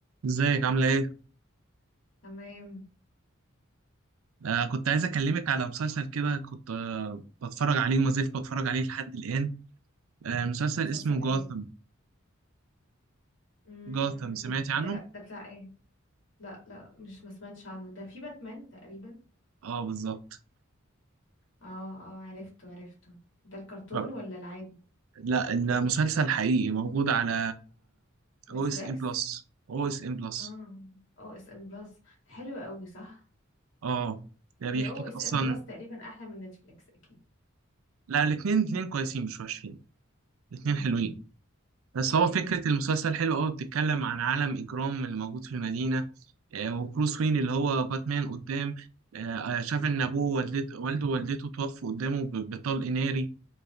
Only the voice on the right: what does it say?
ازيك عاملة ايه؟
آه كنت عايز اكلمك على مسلسل كده كنت آه بتفرج عليه وما زلت بتفرج عليه لحد الآن آه مسلسل
اسمه
جاثم
جاثم سمعتي عنه؟
اه بالظبط
آه
لا المسلسل حقيقي موجود على
او اس ام بلس او اس ام بلس
اه ده بيحكيك
اصلا
لا الاتنين الاتنين كويسين مش وحشين الاتنين
حلوين بس
هو فكرة المسلسل حلو قوي بتتكلم عن عالم إجرام اللي موجود في المدينة آه، وبروس وين اللي هو باتمان قدام آه، آه، شاف ان ابوه والدته والده ووالدته توفوا قدامه ب- بطلق ناري